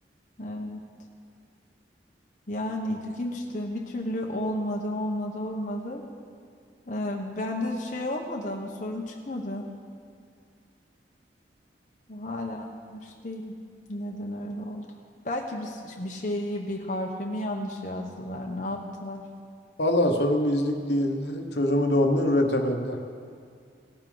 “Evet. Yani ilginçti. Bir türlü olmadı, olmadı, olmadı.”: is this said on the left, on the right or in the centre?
Left